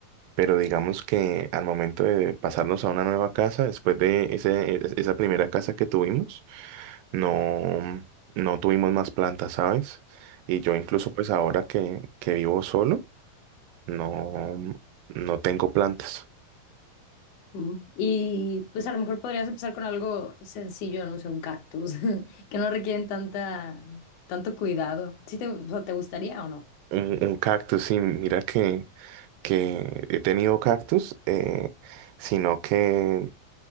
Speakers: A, on the right; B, on the left.
A: pero digamos que al momento de pasarnos a una nueva casa, después de ese, e- esa primera casa que tuvimos, no, no tuvimos más plantas, ¿sabes? Y yo incluso pues ahora que, que vivo solo, no, no tengo plantas.
B: Mm. Y pues a lo mejor podrías empezar con algo sencillo, no sé, un cactus, <laughs> que no requieren tanta, tanto cuidado. ¿Sí te, o sea, te gustaría o no?
A: Un, un cactus, sí, mira que, que he tenido cactus, eh, sino que,